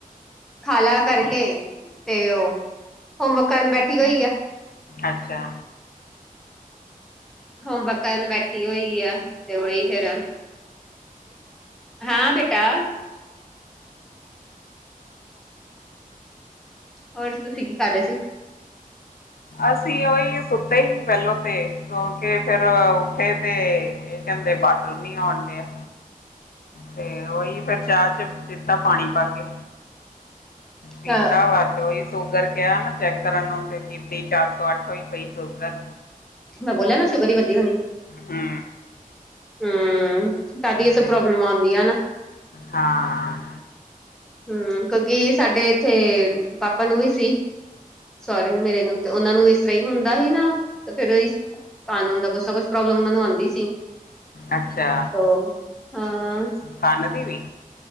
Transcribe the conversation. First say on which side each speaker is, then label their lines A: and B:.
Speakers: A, in the centre; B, on the left.
A: ਖਾਲਾ ਕਰ ਕੇ ਤੇ ਉਹ ਹੋਮਵਰਕ ਕਰਨ ਬੈਠੀ ਹੋਈ ਆ।
B: ਅੱਛਾ।
A: ਹੋਮ ਵਰਕ ਕਰਨ ਬੈਠੀ ਹੋਈ ਆ, ਤੇ ਉਹੀ ਫੇਰ ਹਾਂ ਬੇਟਾ ਹੋਰ ਤੁਸੀਂ ਕੀ ਕਰ ਰਹੇ ਸੀ।
B: ਅਸੀਂ ਓਹੀ ਸੁੱਤੇ ਸੀ ਪਹਿਲੋਂ ਤੇ, ਸੌਂ ਕੇ ਫੇਰ ਉੱਠੇ ਤੇ ਇਹ ਕਹਿੰਦੇ ਬਾਥਰੂਮ ਨੀ ਆਉਣ ਡਿਆ। ਤੇ ਉਹੀ ਫੇਰ ਚਾਹ ਚ ਦਿੱਤਾ, ਪਾਣੀ ਪਾ ਕੇ। ਪੀਤਾ
A: ਹਾਂ
B: ਵਾ, ਤੇ ਉਹੀ ਸ਼ੂਗਰ ਕਿਹਾ ਨਾ ਚੈੱਕ ਕਰਨ ਨੂੰ, ਤੇ ਕੀਤੀ ਚਾਰ ਸੌ ਅੱਠ ਹੋਈ ਪਈ ਸ਼ੂਗਰ।
A: ਮੈਂ ਬੋਲਿਆ ਨਾ, ਸੂਗਰ ਈ ਵੱਧੀ ਹੋਣੀ।
B: ਹੂੰ,
A: ਹੂੰ, ਸਾਡੀ ਇਹ ਸਭ
B: ਤੇ
A: ਪ੍ਰੋਬਲਮ ਆਂਦੀ ਆ ਨਾ।
B: ਹਾਂ।
A: ਹੂੰ, ਕਿਉਂਕਿ ਸਾਡੇ ਇੱਥੇ ਪਾਪਾ ਨੂੰ ਵੀ ਸੀ, ਸੋਰੇ ਨੂੰ ਮੇਰੇ ਨੂੰ। ਤੇ ਉਹਨਾਂ ਨੂੰ ਇਸ ਤਰ੍ਹਾਂ ਹੀ ਹੁੰਦਾ ਸੀ ਨਾ, ਤੇ ਫੇਰ ਉਹੀ। ਖਾਣ ਨੂੰ ਹੁੰਦਾ, ਕੁਛ ਨਾ ਕੁਛ ਪ੍ਰੋਬਲਮ ਉਹਨਾਂ ਨੂੰ ਆਂਦੀ ਸੀ।
B: ਅੱਛਾ,
A: ਉਹ ਹਾਂ
B: ਕੰਨ ਦੀ ਵੀ।